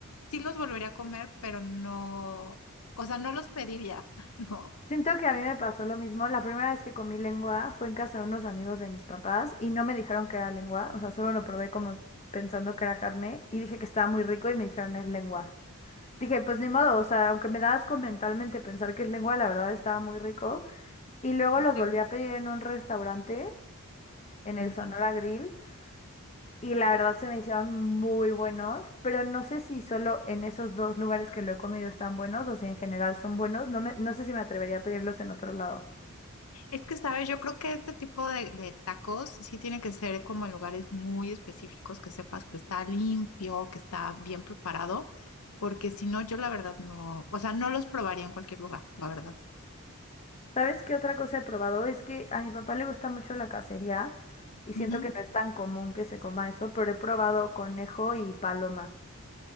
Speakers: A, on the left; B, on the left.
A: sí los volvería a comer, pero no, o sea, no los pediría, <laughs> ¿no?
B: Siento que a mí me pasó lo mismo. La primera vez que comí lengua fue en casa de unos amigos de mis papás y no me dijeron que era lengua, o sea, solo lo probé como pensando que era carne y dije que estaba muy rico y me dijeron es lengua. Dije, pues ni modo, o sea, aunque me da asco mentalmente pensar que es lengua, la verdad estaba muy rico. Y luego
A: Sí
B: los
A: te
B: volví
A: gustó.
B: a pedir en un restaurante, en el
A: Ajá.
B: Sonora Grill. y la verdad se me hicieron muy buenos, pero no sé si solo en esos dos lugares que lo he comido están buenos o si en general son buenos. No me, no sé si me atrevería a pedirlos en otro lado.
A: Es que, sabes, yo creo que este tipo de, de tacos sí tiene que ser como en lugares muy específicos, que sepas que está limpio, que está bien preparado, porque si no, yo la verdad no, o sea, no los probaría en cualquier lugar, la verdad.
B: ¿Sabes qué otra cosa he probado? Es que a mi papá le gusta mucho la cacería y siento
A: Ujú.
B: que no es tan común que se coma eso, pero he probado conejo y paloma.